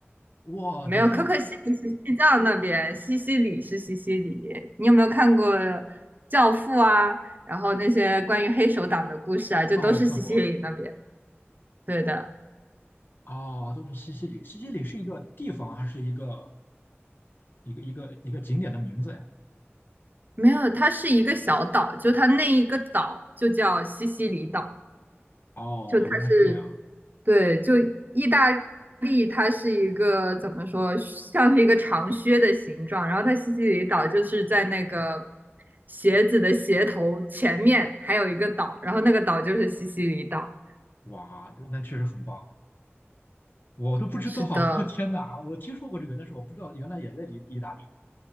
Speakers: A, on the left; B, on the right.
A: 我的天，
B: 没有可可西里是西藏那边，
A: 我
B: 西西里是西西里。你有没有看过《教父》啊？然后那些关于黑手党的故事啊，就都是西西里那边。
A: 哦，我看过，
B: 对的。
A: 哦，都是西西里。西西里是一个地方还是一个一个一个一个景点的名字呀？
B: 没有，它是一个小岛，就它那一个岛就叫西西里岛，
A: 哦，
B: 就它是，
A: 原来是这样，
B: 对，就意大利，它是一个怎么说，像是一个长靴的形状，然后它西西里岛就是在那个鞋子的鞋头前面还有一个岛，然后那个岛就是西西里岛。
A: 哇，那确实很棒，我都不知道。
B: 是的，
A: <laughs> 天哪，我听说过这个，但是我不知道原来也在意意大利。